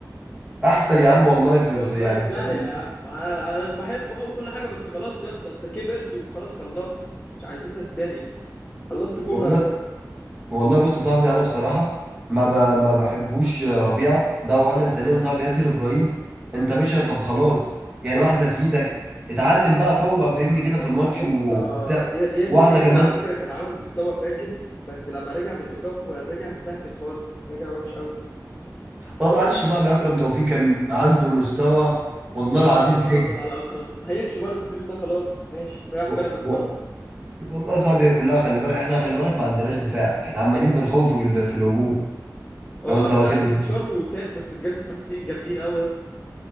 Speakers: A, on the right; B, on the left.
A: احسن يا عم والله في,
B: والله
A: في يعني
B: في
A: فاهم
B: داهية
A: انت
B: يا عم انا أنا بحبه او كل حاجه بس خلاص يا اسطى انت كبرت وخلاص خلصت مش عايزينك تاني خلصت كوره
A: والله
B: انت
A: والله بص يا صاحبي انا بصراحه ما ب... ما بحبوش ربيعه ده اولا ثانيا صاحبي ياسر ابراهيم انت باشا طب خلاص يعني واحده في ايدك اتعلم بقى فوق فهمني كده في الماتش
B: يا
A: و-
B: اسطى
A: وبتاع
B: يا- ياسر
A: واحده
B: ياسر
A: كمان
B: على فكره كان عامل مستوى فاجر بس لما رجع من الاصابه بقى رجع مساحتي خالص رجع وحش قوي
A: اه معلش يا صاحبي اكرم توفيق كان عنده مستوى والله
B: اه
A: العظيم
B: يا نهار
A: فاجر
B: ابيض على اكرم هيمشي برضه السيزون ده خلاص ماشي رايح
A: و...
B: بيراميدز
A: و...
B: برضه
A: والله يا صاحبي هي كلها خلي بالك احنا خلي بالك ما عندناش دفاع احنا عمالين بنخوف في ال- في الهجوم
B: اه
A: لو انت
B: اشترى
A: واخد بالك
B: جريديشار ووسام بس بجد الصفقتين جامدين قوي يا اسطى